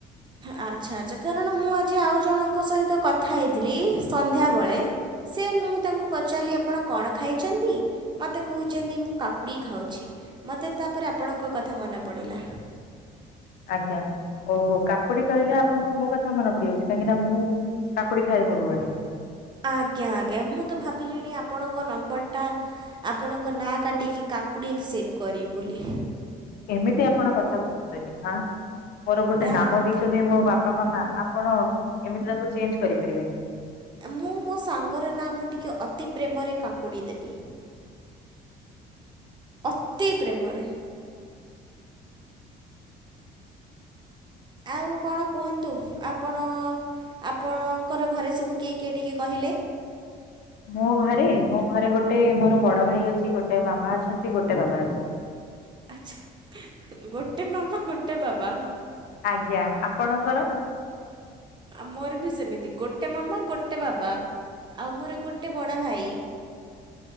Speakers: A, on the right; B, on the left.
A: ଆଚ୍ଛା ଆଚ୍ଛା କାରଣ ମୁଁ ଆଜି ଆଉ ଜଣଙ୍କ ସହିତ କଥା ହେଇଥିଲି ସନ୍ଧ୍ୟାବେଳେ ସେ ମୁଁ ତାଙ୍କୁ ପଚାରିଲି ଆପଣ କଣ ଖାଇଛନ୍ତି ମୋତେ କହୁଛନ୍ତି ମୁଁ କାକୁଡ଼ି ଖାଉଛି ମୋତେ ତାପରେ ଆପଣଙ୍କ କଥା ମନେ ପଡ଼ିଲା।
B: ଆଜ୍ଞା ଓହୋ କାକୁଡି କହିଲେ ଆପଣଙ୍କୁ ମୋ କଥା ମନେ ପଡିଯାଉଛି କାହିଁକି ନା ମୁଁ କାକୁଡି ଖାଏ ସବୁବେଳେ।
A: ଆଜ୍ଞା ଆଜ୍ଞା ମୁଁ ତ ଭାବିଲିଣି ଆପଣଙ୍କ ନମ୍ବରଟା ଆପଣଙ୍କ ନାଁ କାଟିକି କାକୁଡ଼ିନ୍ ସେବ୍ କରିବି ବୋଲି।
B: ଏମିତି ଆପଣ କଥା କୁହନ୍ତୁନି ହଁ। ମୋର ଗୋଟେ
A: ଏ
B: ନାମ
A: ଆପ୍
B: ଦେଇଛନ୍ତି ମୋ ବାପା ମାମା ଆପଣ ଏମିତି ତାକୁ ଚେଞ୍ଜ କରିପାରିବେନି।
A: ଏ ମୁଁ ମୋ ସାଙ୍ଗର ନାଁ ମୁଁ ଟିକେ ଅତି ପ୍ରେମରେ କାକୁଡ଼ି ଦେବି। ଅତି ପ୍ରେମରେ। ଆଉ କଣ କୁହନ୍ତୁ ଆପଣ ଆପଣଙ୍କର ଘରେ ସବୁ କିଏ କିଏ ଟିକେ କହିଲେ?
B: ମୋ ଘରେ ମୋ ଘରେ ଗୋଟେ ମୋର ବଡ ଭାଇ ଅଛି ଗୋଟେ ମାମା ଅଛନ୍ତି ଗୋଟେ ବାବା ଅଛନ୍ତି।
A: ଆଛା ଗୋଟେ ମାମା ଗୋଟେ ବାବା
B: ଆଜ୍ଞା ଆପଣଙ୍କର?
A: ମୋର ବି ସେମିତି ଗୋଟେ ମାମା ଗୋଟେ ବାବା। ଆଉ ମୋର ଗୋଟେ ବଡ଼ ଭାଇ।